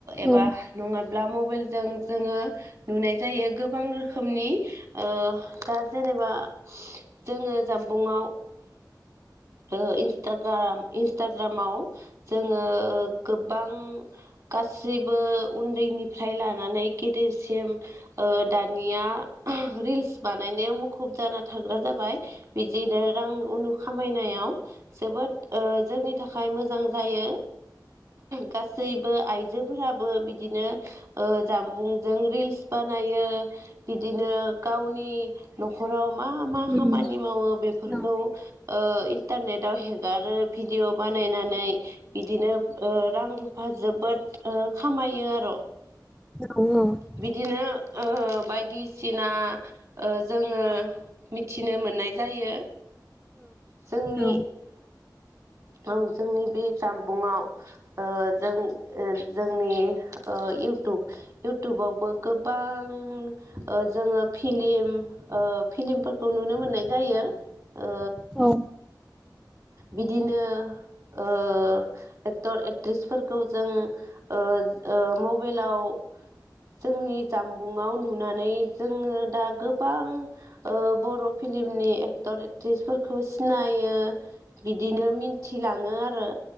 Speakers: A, on the right (about 50°); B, in the centre.
A: एबा
B: उम
A: नङा। ब्ला मबाइजों जोङो नुनाय जायो गोबां रोखोमनि ओ दा जेरै। जेनेबा जोङो जामबुंआव। ओ इन्सटाग्राम इन्सटाग्रामाव जोङो ओ गोबां। गासैबो उन्दैनिफ्राय लानानै गेदेरसिम ओ दानिया। रिल्स बानायनाया मुखुब जाना थाग्रा। जाबाय बिदिनो रां उनु खामायनायाव जोबोद ओ जोंनि थाखाय मोजां। जायो। गासैबो आइजोफोराबो बिदिनो ओ जामबुंजों रिल्स बाना। नायो बिदिनो गावनि न'खराव मा मा
B: उम
A: खामानि मावो बेफोरखौ
B: औ
A: ओ इन्टारनेटाव हेगारो भिडिअ बानायनानै बिदिनो ओ रां- रुफा जोबोद ओ <unintelligible> खामायो आर'
B: औ
A: बिदिनो ओ बायदिसिना ओ जोङो मिथिनो मोननाय जायो। जोंनि
B: औ
A: औ जोंनि बि जामबुंआव ओ जों जोंनि ओ इउटुब -इउटुबावबो गोबां। <unintelligible> ओ जोङो फिलिम ओ फिलिमफोर <unintelligible> नुनो मोननाय जायो ओ
B: औ
A: बिदिनो ओ एक्टर -एक्ट्रिसफोरखौ जों ओ ओ मबाइलाव जोंनि जामबुंआव नुनानै जोङो दा गोबां ओ बर' फिलिमनि एक्टर -एक्ट्रिसफोरखौ सिनायो। बिदिनो मिन्थिलाङो आरो।